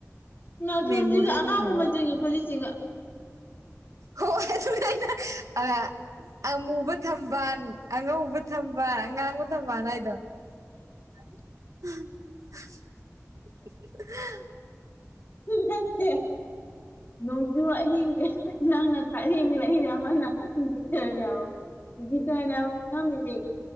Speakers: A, on the left (about 40°); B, on the right (about 80°).
A: ꯅꯥꯆꯣꯝꯖꯤꯒ
B: ꯃꯦꯃꯣꯔꯤꯅꯤ
A: ꯑꯉꯥꯎꯕ
B: ꯃꯦꯃꯣꯔꯤ
A: ꯃꯆꯨꯒꯤ ꯐꯨꯔꯤꯠꯁꯤꯒ
B: ꯍꯣꯏ ꯑꯗꯨꯅꯦ ꯑꯩꯅ ꯑꯥ ꯑꯃꯨꯕ ꯊꯝꯕꯥꯟ ꯑꯉꯧꯕ ꯊꯝꯕꯥꯟ ꯑꯉꯥꯡꯕ ꯊꯝꯕꯥꯜ ꯍꯥꯏꯗꯣ <unintelligible>
A: ꯅꯠꯇ‌ꯦ ꯅꯣꯡꯖꯨ ꯑꯍꯤꯡꯒ‌ꯦ ꯅꯪꯅ ꯇꯔꯦꯡ ꯂꯩꯅꯦ ꯑꯃꯅ ꯒꯤꯇꯔꯅꯦꯕ ꯒꯤꯇꯔꯅꯦꯕ ꯅꯪꯒꯤꯗꯤ